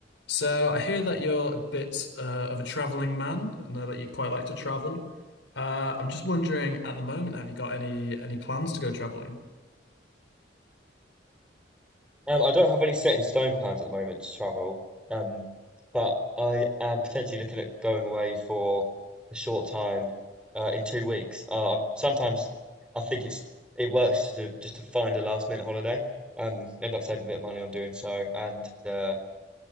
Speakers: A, on the left; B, in the centre.
A: So I hear that you're a bit uh, of a traveling man. I know that you quite like to travel. Uh, I'm just wondering, at the moment, have you got any any plans to go traveling?
B: Um, I don't have any set in stone plans at the moment to travel, um, but I am potentially looking at going away for a short time uh, in two weeks. Uh, sometimes I think it's it works to just to find a last minute holiday, um, end up saving a bit of money on doing so, and uh,